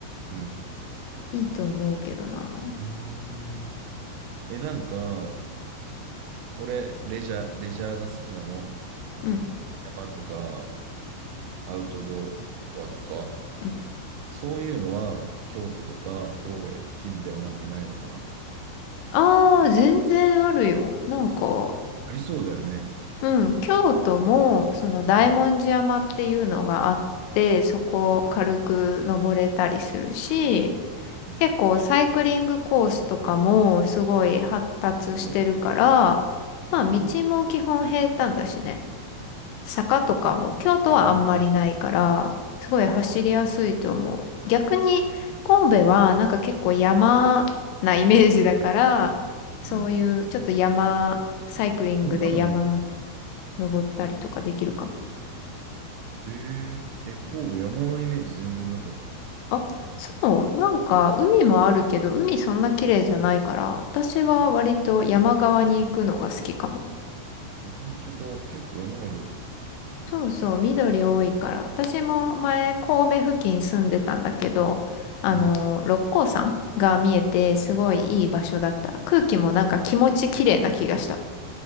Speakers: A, on the right; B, on the left.
A: うん。
B: いいと思うけどな。
A: うーん。え、なんか、俺、レジャー、レジャーが好きなの。
B: うん、
A: 山とか、アウトドアとか、
B: うん。
A: そういうのは、京都とか、神戸、近辺はなんかないのかな。
B: ああ、全然あるよ。なんか、
A: ありそうだよね。
B: うん、京都も、その、大文字山っていうのがあって、
A: うん。
B: そこを軽く登れたりするし、
A: うん
B: 結構サイクリングコースとかもすごい発達してるから、
A: そういうの。
B: まあ道も基本平坦だしね。
A: えー、
B: 坂とかも京都はあんまりないから、
A: えーと、う
B: すごい走りやすいと思う。
A: ん
B: 逆に神戸はなんか結構山なイメージだから、そういうちょっと山、
A: うん。
B: サイクリングで山
A: 山なんだ。
B: 登ったりとかできるかも。
A: えー、え、神戸、山のイメージ全然なかった。
B: あ、そう、なんか海もあるけど、海そんな綺麗じゃないから、私は割と山側に行くのが好きかも。
A: 本当だ。結構山ある。
B: そうそう、緑多いから。私も前、神戸付近住んでたんだけど、あの、
A: うん。
B: 六甲山が見えて、すごいいい場所だった。空気もなんか気持ち綺麗な気がした。